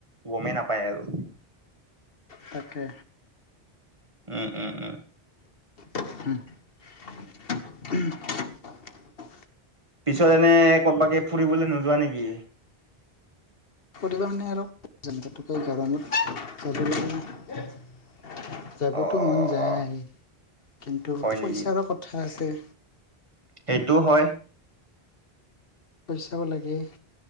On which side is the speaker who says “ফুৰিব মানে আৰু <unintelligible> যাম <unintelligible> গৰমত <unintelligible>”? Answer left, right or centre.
Left